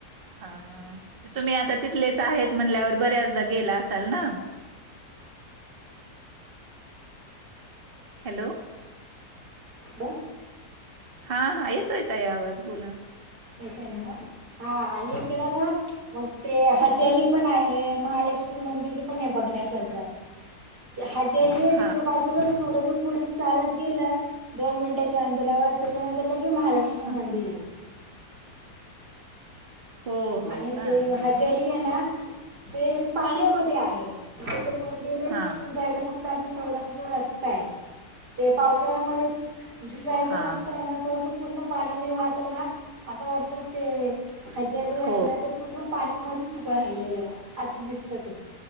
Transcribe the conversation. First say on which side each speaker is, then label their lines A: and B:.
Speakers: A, on the right; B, on the right.
A: हा तुम्ही आता तिथलेच आहेत म्हणल्यावर बऱ्याचदा गेला असाल ना हॅलो
B: <inaudible>
A: हा हा. येतोय येतोय आवाज. बोला.
B: येतोय नव्हा? हा आणि इकड ना मग ते हजेली
A: हो हो.
B: पण आहे. महालक्ष्मी मंदिर पण आहे बघण्यासारखं. हजेरी
A: हा
B: त्याच्या बाजूलाच थोडस पुढे चालत गेलं दोन मिनिटांच्या अंतरावर त्याच्यानंतर लगे महालक्ष्मी
A: हा
B: मंदिर आहे.
A: हो हो
B: आणि
A: का
B: ते
A: हा
B: हजेरी आहे ना ते पाण्यामध्ये आहे, ते मंदिर आहे
A: हा.
B: तिथून जायला फ फक्त अस थोडासा रस्ता आहे. ते पावसाळ्यामध्ये जे जायचा
A: हा
B: रस्ता आहे ना तो असं पूर्ण पाण्याने वाहत ना असं वाटत ते खजेली आहे
A: हो
B: ना ते पूर्ण पाण्या मध्येच उभं राहिलेलं, असं दिसत ते.